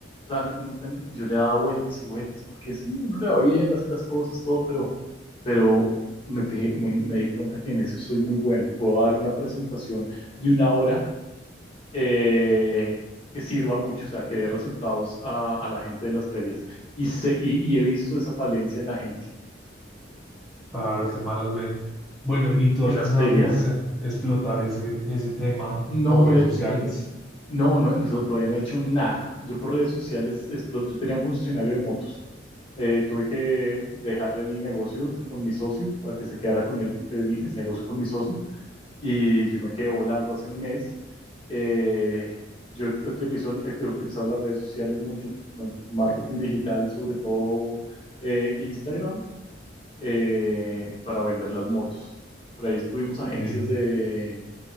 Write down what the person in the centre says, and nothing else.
Claro, el tema de las ventas. Bueno, ¿y tú
has
pensado
cómo e- explotar ese, ese tema
por redes
sociales?
Sí.